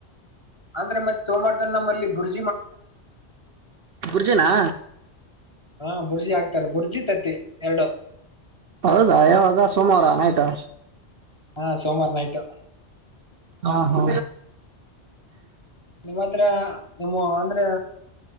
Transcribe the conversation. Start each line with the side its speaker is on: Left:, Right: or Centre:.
Left: ಅಂದ್ರೆ ಮತ್ತೆ. ಸೋ ಮಾಡ್ದ ನಮ್ಮಲ್ಲಿ. <inaudible>
Right: ಬುರ್ಜಿನಾ.
Left: ಹಾ ಬುರ್ಜಿ ಹಾಕ್ತಾರೆ ಬುರ್ಜಿ ತತ್ತಿ ಎರಡು.
Right: ಹೌದಾ ಯಾವಾಗ ಸೋಮವಾರ ನೈಟಾ.
Left: ಹಾ ಸೋಮವಾರ ನೈಟು.
Right: ಹಾ ಹಾ.
Left: ನಿಮ್ಮತ್ರಾ. ನಿಮ್ಮು ಅಂದ್ರೆ